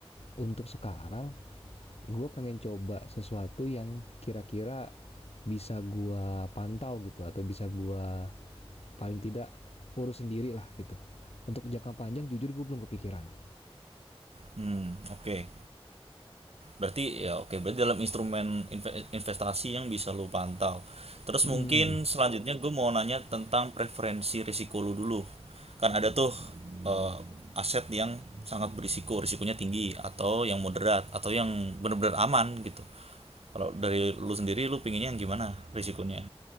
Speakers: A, on the left; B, on the right.
A: untuk sekarang gue pengen coba sesuatu yang kira-kira bisa gue pantau gitu atau bisa gue paling tidak urus sendiri lah gitu. Untuk jangka panjang jujur gue belum kepikiran.
B: Hmm, oke. Berarti ya oke, berarti dalam instrumen inve- investasi yang bisa lu pantau. Terus
A: Hmm,
B: mungkin selanjutnya gue mau nanya tentang preferensi risiko lu dulu. Kan ada tuh eh, aset yang sangat berisiko, risikonya tinggi atau yang moderat atau yang benar-benar aman gitu. Kalau dari lu sendiri lu pinginnya yang gimana risikonya?